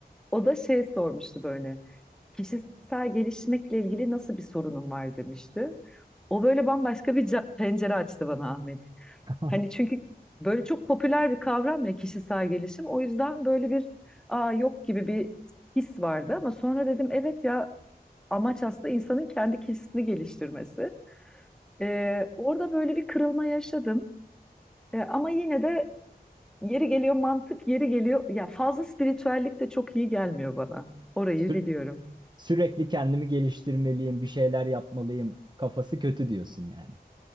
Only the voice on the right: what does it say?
<laughs>
Sü-
sürekli kendimi geliştirmeliyim, bir şeyler yapmalıyım. Kafası kötü diyorsun yani.